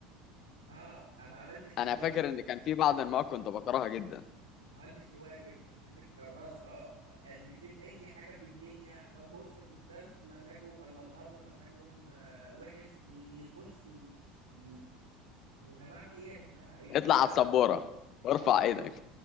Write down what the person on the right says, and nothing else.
آه، ما عملتش الواجب
ما عملتش الواجب نسيت الكراسة آه، نسيت اي حاجة في الدنيا بص الاستاذ مزاجه ولا الابلة مزاجهم آه، وحش ي- يخش ي... ي... يا جماعة في ايه يا جماعة عيب
كده
اه